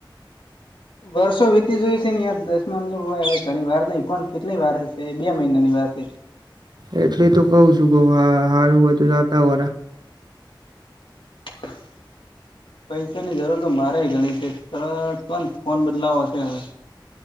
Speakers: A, on the left (about 80°); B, on the right (about 55°).
A: વર્ષો વીતી જોય છે ને યાર દસમા અમ હવે ઘણી વાર નઈ કોણ કેટલી વાર હ છે બે મહિના ની વાર છે
B: એટલે તો કઉ છું કહ હા હારું હોય તો જાતા વાર
A: <inaudible> પૈસા ની જરૂર તો મારે ગણી છે તરત કોન ફોન બદલાવો શે હવે.